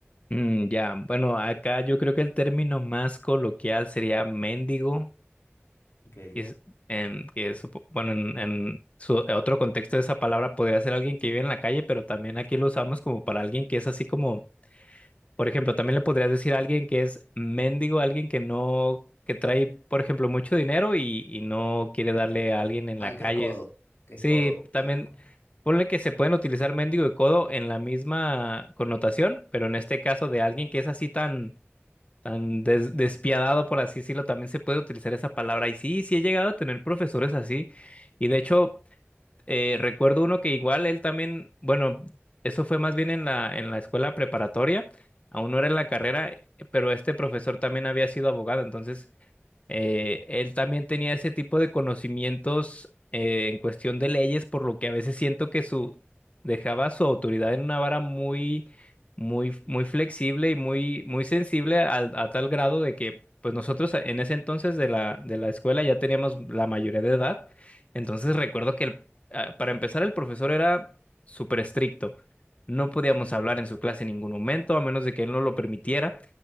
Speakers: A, on the left; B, on the left.
A: Mm, ya, bueno, acá yo creo que el término más coloquial sería mendigo,
B: ok.
A: y es- em, que supo- bueno, en, en su en otro contexto de esa palabra podría ser alguien que vive en la calle, pero también aquí lo usamos como para alguien que es así como, por ejemplo, también le podrías decir a alguien que es mendigo, alguien que no, que trae, por ejemplo, mucho dinero y, y no quiere darle a alguien en
B: Ah,
A: la
B: que
A: calle.
B: es codo,
A: Es-
B: que
A: Sí,
B: es codo, como
A: también.
B: duro.
A: Ponle que se pueden utilizar mendigo y codo en la misma connotación, pero en este caso de alguien que es así tan tan des- despiadado, por así decirlo, también se puede utilizar esa palabra. Y sí, sí he llegado a tener profesores así. Y de hecho, eh, recuerdo uno que igual él también, bueno, eso fue más bien en la, en la escuela preparatoria, aún no era en la carrera, pero este profesor también había sido abogado, entonces eh, él también tenía ese tipo de conocimientos eh, en cuestión de leyes, por lo que a veces siento que su dejaba su autoridad en una vara muy, muy, muy flexible y muy, muy sensible al- a, tal grado de que, pues nosotros en ese entonces de la, de la escuela ya teníamos la mayoría de edad. Entonces recuerdo que el- ah, para empezar el profesor era súper estricto. No podíamos
B: Ok.
A: hablar en su clase en ningún momento, a menos de que él no lo permitiera.